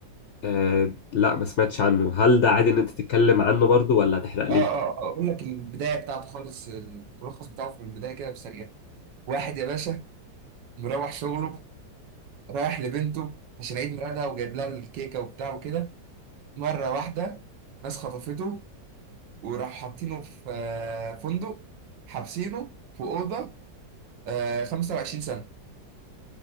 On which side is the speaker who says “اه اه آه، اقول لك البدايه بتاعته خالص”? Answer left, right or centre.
Right